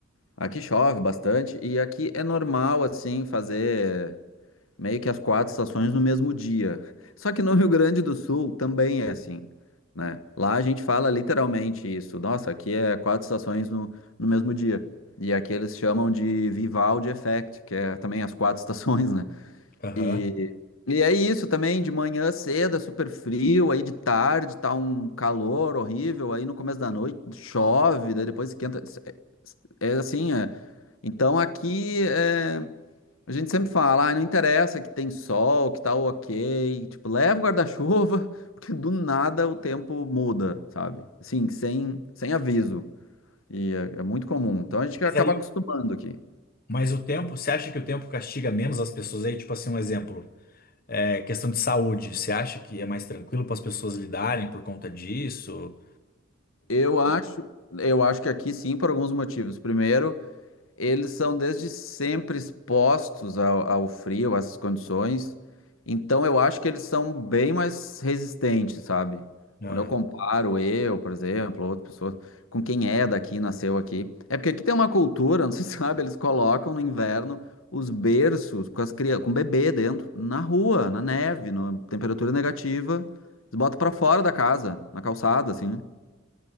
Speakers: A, on the left (about 80°); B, on the left (about 45°).
A: Aqui chove bastante e aqui é normal, assim, fazer meio que as quatro estações no mesmo dia. <laughs> Só que no Rio Grande do Sul também é assim, né? Lá a gente fala literalmente isso. Nossa, aqui é quatro estações no, no mesmo dia. E aqui eles chamam de Vivaldi Effect, que é também as quatro <laughs> estações, né?
B: aham.
A: E, e é isso também, de manhã cedo é super frio, aí de tarde tá um calor horrível, aí no começo da noite chove, daí depois esquenta. É é assim, é. Então aqui é, a gente sempre fala, ah, não interessa que tem sol, que tá ok, tipo, leva o guarda-chuva, <laughs> porque do nada o tempo muda, sabe? Assim, sem, sem aviso. E é, é muito comum. Então a gente
B: Mas
A: acaba
B: aí,
A: acostumando aqui.
B: mas o tempo, você acha que o tempo castiga menos as pessoas aí? Tipo assim, um exemplo. É, questão de saúde, você acha que é mais tranquilo para as pessoas lidarem por conta disso?
A: Eu acho, eu acho que aqui sim, por alguns motivos. Primeiro, Eles são desde sempre expostos ao, ao frio, a essas condições. Então eu acho que eles são bem mais resistentes, sabe?
B: Ah.
A: Quando eu comparo eu, por exemplo, outra pessoa com quem é daqui, nasceu aqui. É porque aqui tem uma cultura, não sei <laughs> se sabe, eles colocam no inverno os berços com as crianças, com o bebê dentro, na rua, na neve, na temperatura negativa. Eles botam pra fora da casa, na calçada, assim.